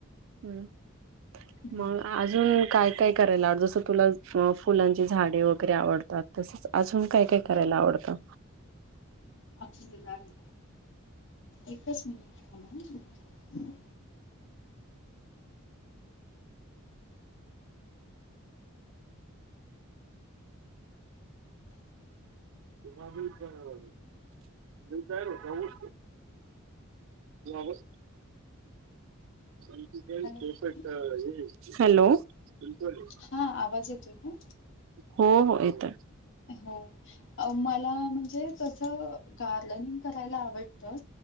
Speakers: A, on the right (about 60°); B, on the left (about 60°).
A: हम्
B: हम्म
A: मग अजून काय काय करायला आवडतं जसं तुला फुलांची झाडे वगैरे आवडतात? तसंच अजून काय काय करायला आवडतं?
B: अक्षदा जा की, एकच मिनिटं थांबा हा एकच मिनिटं.
A: <unintelligible> <inaudible> रिटायर होतोय ना तु? <unintelligible>
B: हॅलो दीदी
A: हॅलो! <unintelligible>
B: हा आवाज येतोय का?
A: हो हो येतोय.
B: हो मला म्हणजे तसं गार्डन करायला आवडतचं,